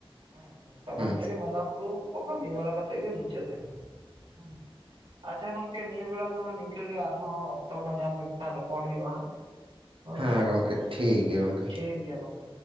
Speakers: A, on the right; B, on the right.
A: ᱦᱮᱸ ᱱᱚᱝᱠᱟ ᱵᱷᱟᱵ
B: ᱦᱩᱸ
A: ᱛᱮᱜᱮ ᱵᱚᱸᱜᱟ ᱵᱩᱨᱩ ᱠᱚ ᱠᱟᱹᱢᱤ ᱵᱟᱲᱟ ᱠᱟᱛᱮᱜ ᱜᱮ ᱢᱩᱪᱟᱹᱫ ᱮᱱᱟ ᱦᱮᱸ ᱟᱪᱪᱷᱟ ᱜᱚᱝᱠᱮ ᱱᱤᱭᱟᱹ ᱵᱮᱲᱟ ᱫᱚ ᱱᱤᱝᱠᱟᱹ ᱜᱮ ᱟᱨᱦᱚᱸ ᱚᱠᱛᱚ ᱠᱚ ᱧᱟᱢ ᱞᱮᱠᱷᱟᱱ ᱨᱚᱯᱚᱲ ᱦᱩᱭᱩᱜᱼᱟ ᱦᱳᱭ
B: ᱦᱮᱸ ᱜᱚᱝᱠᱮ ᱴᱷᱤᱠ ᱜᱮᱭᱟ ᱜᱚᱝᱠᱮ
A: ᱴᱷᱤᱠ ᱜᱮᱭᱟ ᱜᱚᱝᱠᱮ